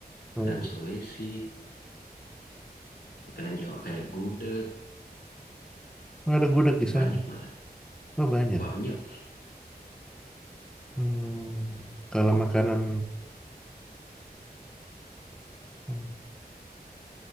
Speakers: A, in the centre; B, on the left.
A: Hmm.
B: makanan Sulawesi, makanan Jawa kayak gudeg,
A: Ada gudeg di
B: banyak
A: sana.
B: malah.
A: Oh, banyak.
B: Banyak.
A: Hmm, Kalau makanan hmm,